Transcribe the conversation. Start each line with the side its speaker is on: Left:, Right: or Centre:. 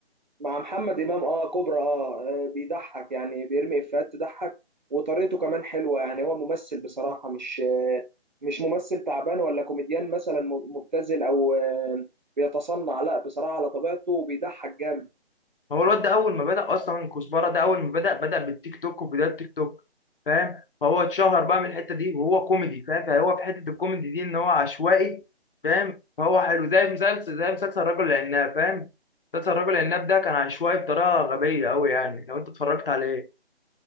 Right: مع محمد إمام أه كوبرا أه آه، بيضحك يعني بيرمي إفيهات تضحك وطريقته كمان حلوة يعني هو ممثل بصراحة مش آه، مش ممثل تعبان ولا كوميديان مثلا مبتذل أو آه، بيتصنع لا بصراحة على طبيعته بيضحك جامد
Left: هو الواد ده اول ما بدأ اصلا كزبره ده اول ما بدأ بدأ بالتيك توك وبداية التيك توك فاهم فهو اتشهر بقى من الحتة دي وهو كوميدي فاهم فهو في حتة الكوميدي دي ان هو عشوائي فاهم فهو حلو زي مسلسل زي مسلسل الرجل العناب فاهم مسلسل الرجل العناب ده كان عشوائي بطريقة غبية قوي يعني لو انت اتفرجت عليه